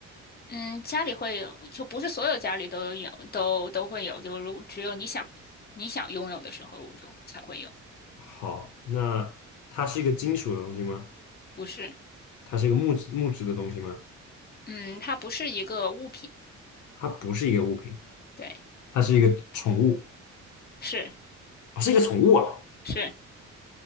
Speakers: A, on the left; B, on the left.
A: 嗯，家里会有，就不是所有家里都有，都都会有。就如果只有你想你想拥有的时候，就才会有。
B: 好，那它是一个金属的东西吗？
A: 不是，
B: 它是一个木质木质的东西吗？
A: 嗯，它不是一个物品。
B: 它不是一个物品，
A: 对，
B: 它是一个宠物，
A: 是
B: 哦是一个宠物啊，
A: 是